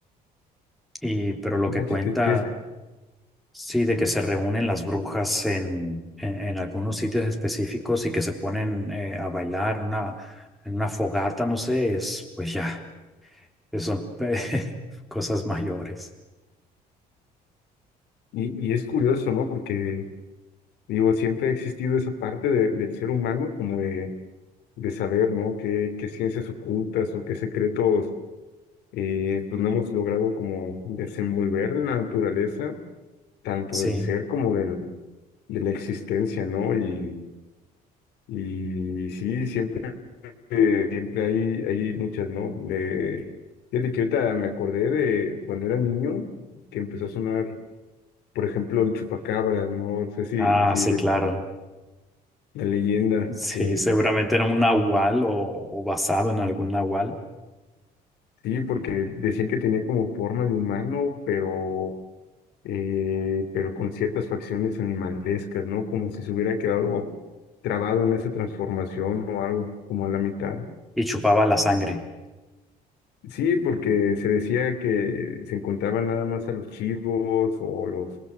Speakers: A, in the centre; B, on the left (about 80°).
A: y, pero lo
B: no
A: que
B: manches,
A: cuenta,
B: qué- qué esca-
A: sí, de que se reúnen las brujas en, en, en algunos sitios específicos y que se ponen eh, a bailar una, en una fogata, no sé, es pues ya, son <laughs> cosas mayores.
B: Y, y es curioso, ¿no? Porque, digo, siempre ha existido esa parte de- del ser humano como de, de saber, ¿no? Qué, qué ciencias ocultas o qué secretos, eh, pues no hemos logrado como desenvolver de la naturaleza, tanto
A: Sí.
B: del ser como del, de la existencia, ¿no? Y, y sí, siempre Eh, siempre hay, hay muchas, ¿no? Eh, fíjate que ahorita me acordé de cuando era niño que empezó a sonar, por ejemplo, el chupacabras, ¿no? No sé si,
A: Ah,
B: si
A: sí,
B: le-
A: claro.
B: la leyenda,
A: Sí,
B: que
A: seguramente era un nahual o, o basado en algún nahual
B: sí, porque decían que tenía como forma de humano, pero, eh, pero con ciertas facciones animalescas, ¿no? Como si se hubiera quedado trabado en esa transformación o algo, como a la mitad.
A: y chupaba la sangre.
B: Sí, porque se decía que se encontraban nada más a los chivos o los,